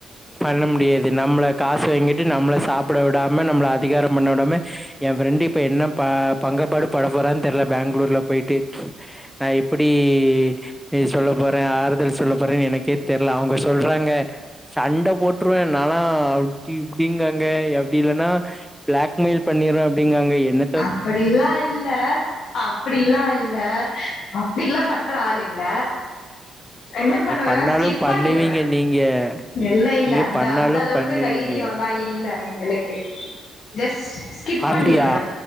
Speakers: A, in the centre; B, on the left.
A: பண்ண முடியாது நம்மள காசு வாங்கிட்டு நம்மள சாப்பட விடாம நம்மள அதிகாரம் பண்ண விடாம என் ஃப்ரெண்டு இப்ப என்ன ப பங்கபாடு பட போறான் தெர்ல பேங்களூர்ல போயிட்டு நா எப்புடி இது சொல்ல போற ஆறுதல் சொல்ல போறனு எனக்கே தெர்ல அவுங்க சொல்றாங்க சண்ட போட்டுருவ நாலா அப்டி இப்டிங்காங்க எப்டி இல்லனா பிளாக் மெயில் பண்ணிற அப்டிங்காங்க என்ன
B: அப்படிலா இல்ல அ அப்டில்லா இல்ல அப்டில்லாம் பண்ற ஆள் இல்ல என்ன பண்ணுவனா
A: பண்ணாலு
B: ஸ்கிப்
A: பண்ணுவீங்க
B: பண்ணிருவ
A: நீங்க
B: இல்ல இல்ல
A: நீங்க
B: அந்த
A: பண்ணாலும்
B: அந்த அளவுக்கு
A: பண்ணுவீங்க
B: தைரியோல்லா இல்ல எங்களுக்கு ஸ்ட்டு ஸ்கிப்
A: அப்டியா
B: பண்ணிருவ